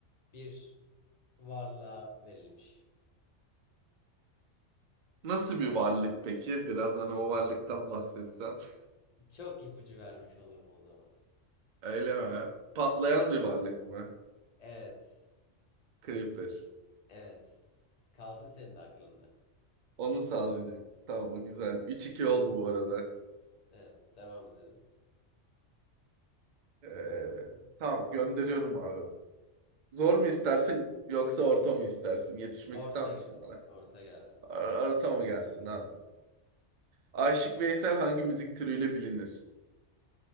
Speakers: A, on the left; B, on the right.
A: Bir varlığa verilmiş.
B: Nasıl bir varlık peki? Biraz hani o varlıktan bahsetsen. <laughs>
A: Çok ipucu vermiş olurum o zaman.
B: Öyle mi? Patlayan bir varlık mı?
A: Evet.
B: Creeper.
A: Evet. Kalsın senin de aklında.
B: Onu sağlayacak. Tamam o güzel. Üç iki oldu bu arada.
A: Evet, devam edelim.
B: Ee, tamam gönderiyorum abi. Zor mu istersin yoksa orta mı istersin? Yetişmek
A: Orta
B: ister misin
A: gelsin.
B: bana?
A: Orta gelsin.
B: Ar- Orta mı gelsin abi? Aşık Veysel hangi müzik türüyle bilinir?